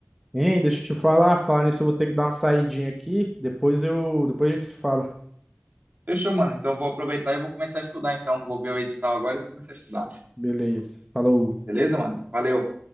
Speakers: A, in the centre; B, on the right.
A: Hein, deixa eu te falar, falar nisso, eu vou ter que dar uma saidinha aqui, depois eu, depois a gente se fala.
B: Fechou, mano. Então eu vou aproveitar e vou começar a estudar então. Vou ver o edital agora e vou começar a estudar.
A: Beleza, falou.
B: Beleza, mano? Valeu.